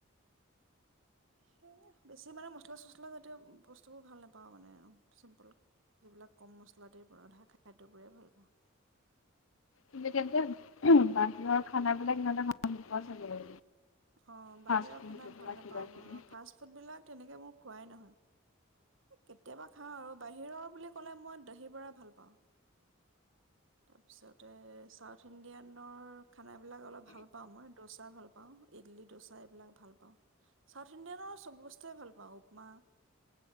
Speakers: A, on the right; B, on the left.
A: সেই বেছি মানে মচলা চচলা জাতীয় বস্তুবোৰ ভাল নাপাওঁ মানে আৰু চিম্পুল যিবিলাক কম মছলা দ পৰা ৰধা খাদ্যবোৰেই ভাল পাওঁ।
B: কিন্তু তেন্তে বাহিৰৰ খানাবিলাক সিহঁতোৱা চাগে
A: অ', বাহিৰৰ
B: ফাষ্ট ফুড
A: খানা
B: এইবিলাক
A: ভাল নাপাওঁ
B: কিবা
A: মই,
B: কিবি।
A: অ', ফাষ্ট ফুড বিলাক তেনেকে মোৰ খোৱাই নহয়। কেতিয়াবা খাওঁ আৰু বাহিৰৰ বুলি কলে মই দহি বৰা ভাল পাওঁ। তাৰপিছতে ছাউথ ইণ্ডিয়ানৰ খানাবিলাক অলপ ভাল পাওঁ মই দচা ভাল পাওঁ, ইডলি দচা এইবিলাক ভাল পাওঁ চাউথ উথ ইণ্ডিয়ানৰ চব বস্তুৱে ভাল পাওঁ। উপমা।